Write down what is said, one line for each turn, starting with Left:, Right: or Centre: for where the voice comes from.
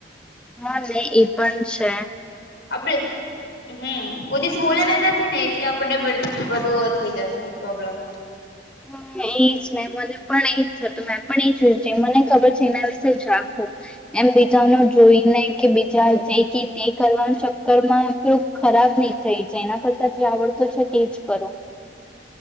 Centre: હા નહી એ પણ છે.
Left: આપડે હમ કોઈ દિવસ બોલેને નથી ને એટલે આપણને બધું થઈ જશે પ્રોબ્લેમ
Centre: હા એ મને પણ એ જતું મેં પણ એઈ જોય જે મને ખબર છે એના વિશે જ રાખું એમ બીજા જોઈને કે બીજા જે કે તે કરવાના ચક્કરમાં આપલું ખરાબ નહીં થઈ જાય એ કરતા જે આવડતો છે, તે જ કરો